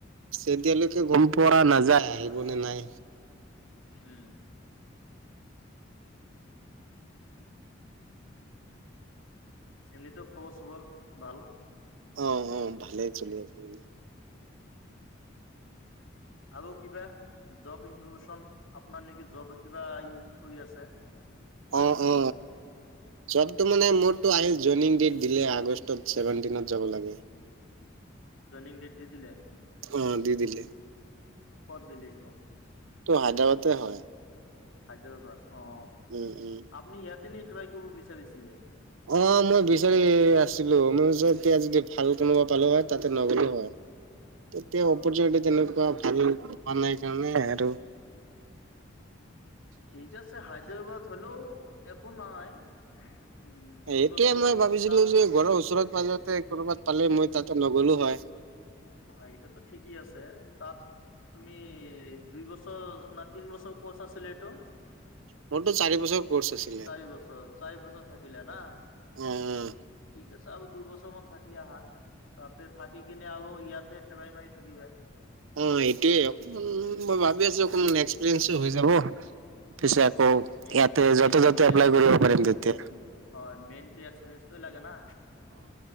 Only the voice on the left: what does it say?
হে। চিনি ত' খবৰ-চবৰ বাল?
আৰু কিবা? জব ইনফৰমেচন আপোনাৰ নেকি জব কিবা ই কৰি আছে, হল
নেকি?
জইনিং ডেট দি দিলে?
ক'ত দিলে এইটো?
হাইদ্ৰবাদ অ।
আপুনি ইয়াতে নি ট্ৰাই কৰিব বিচাৰিছিলে?
অ
ঠিক আছে। হায়দৰাবাদ হলও একো নাই। উম তিনি
বছৰ
তাত
অ, এইটোতো ঠিকেই আছে। তাত তুমি দুই বছৰ না তিন বছৰ ক'ৰ্চ আছিলে এইটো?
চাৰি বছৰ চাৰি বছৰ থাকিলে না।
ঠিক আছে, আৰু দুইবছৰমান থাকি আহা তাতে থাকি কিনে আৰু ইয়াতে টবাই মাৰি থাকিবা।
অ
মেইন
মেইনটো
হয় মেইনটো এক্সপিৰিয়েন্সটোৱে লাগে না